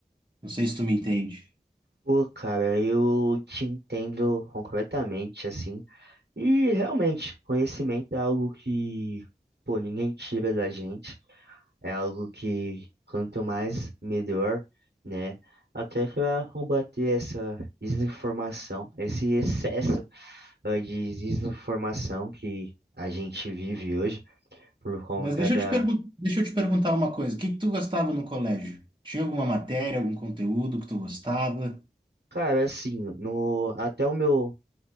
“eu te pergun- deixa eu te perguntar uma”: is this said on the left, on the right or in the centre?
Right